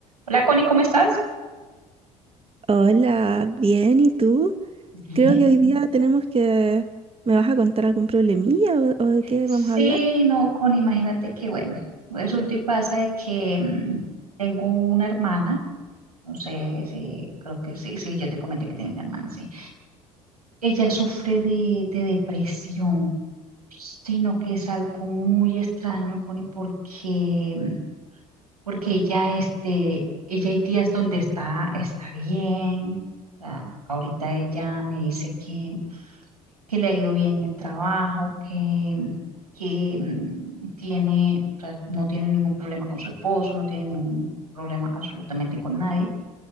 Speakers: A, on the right; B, on the right.
A: Hola Connie, ¿cómo estás?
B: Hola, bien, ¿y tú?
A: Bien,
B: Creo que hoy
A: bien.
B: día tenemos que... ¿Me vas a contar algún problemilla o, o de qué
A: Sí,
B: vamos a hablar?
A: no, Connie, imagínate que bueno, resulta y pasa de que mm, tengo una hermana, no sé si, creo que sí, sí, yo te comenté que tengo una hermana, sí. Ella sufre de, de depresión, sino que es algo muy extraño, Connie, porque, mm, porque ella, este, ella hay días donde está, está bien, o sea, ahorita ella me dice que... que le ha ido bien en el trabajo, que, que mm, tiene, o sea, no tiene ningún problema con su esposo, no tiene ningún problema absolutamente con nadie,